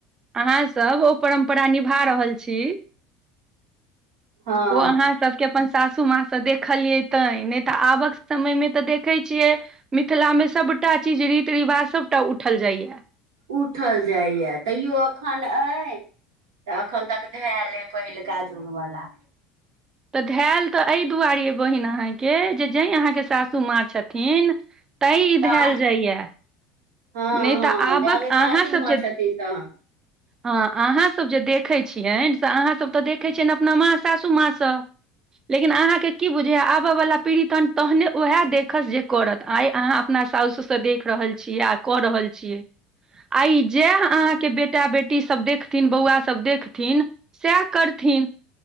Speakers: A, on the right; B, on the right.
A: अहाँ सब ओ परम्परा निभा रहल छी
B: हँ
A: ओ अहाँ सबके अपन साथ सूमा से देखलिये ते नै तऽ आबक समय में तऽ देखे छियै मिथिला में सबटा चीज रीति रिवाज सबटा उठल जाइया
B: उठल जाइये तैयो अखन अइ तऽ एखन तक धेल अए पहिलका जुग वला
A: तऽ धयल तऽ एहि दुआरे, बहिन, अहाँके जे सासू माँ छथिन तैँ ई
B: तैं
A: भेल जाइये
B: हँ
A: नै
B: हँ
A: तऽ आबक
B: जाबे सासू
A: अहाँ सब
B: माँ
A: जे
B: छथिन तहन
A: हँ अहाँसब जे देखैत छियनि से अहाँसब तऽ देखै छियनि अपना माँ सासू माँ सँ लेकिन अहाँके की बुझू, आबय वला पीढ़ी तहने तहने उएह देखत जे करत आइ अहाँ अपना सास-ससुर। देख रहल छी आ कऽ रहल छियै आइ जेह अहाँके बेटा बेटी सब देख न बौआ सब देखथिन सएह करथिन